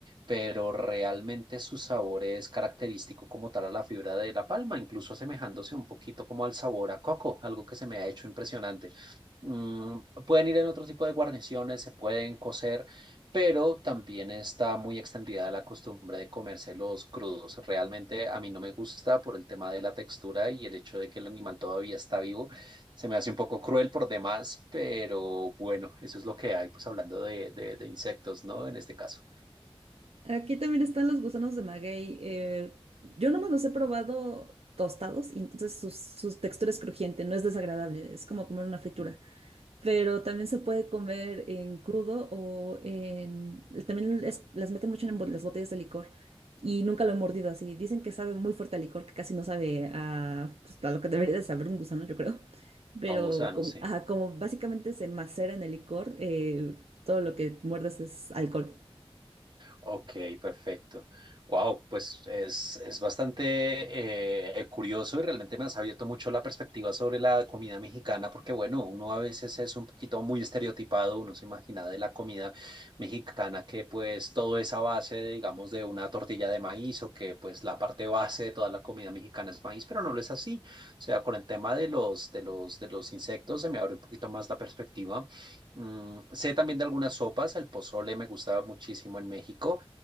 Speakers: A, on the right; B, on the right.
A: pero realmente su sabor es característico como tal a la fibra de la palma, incluso asemejándose un poquito como al sabor a coco, algo que se me ha hecho impresionante. Mm, pueden ir en otro tipo de guarniciones, se pueden cocer pero también está muy extendida la costumbre de comérselos crudos. Realmente a mí no me gusta por el tema de la textura y el hecho de que el animal todavía está vivo. Se me hace un poco cruel por demás, pero bueno, eso es lo que hay, pues hablando de, de, de insectos, ¿no? En este caso,
B: Aquí también están los gusanos de maguey. eh, yo nomás los he probado tostados y entonces su, su textura es crujiente, no es desagradable, es como comer una fritura.
A: Mm,
B: Pero también se puede comer en crudo o en... También es- las meten mucho en bo- las botellas de licor y nunca lo he mordido así. Dicen que sabe muy fuerte a licor, que casi no sabe a, pues, a lo que debería de saber un gusano, yo creo. Pero
A: a un gusano,
B: como,
A: sí.
B: ajá, como básicamente se macera en el licor, eh, todo lo que muerdes es alcohol.
A: Ok, perfecto. Wow, pues es, es bastante eh, curioso y realmente me has abierto mucho la perspectiva sobre la comida mexicana, porque bueno, uno a veces es un poquito muy estereotipado, uno se imagina de la comida mexicana que pues todo es a base, digamos, de una tortilla de maíz o que pues la parte base de toda la comida mexicana es maíz, pero no lo es así. O sea, con el tema de los, de los, de los insectos se me abre un poquito más la perspectiva. Mm, sé también de algunas sopas, el pozole me gusta muchísimo en México.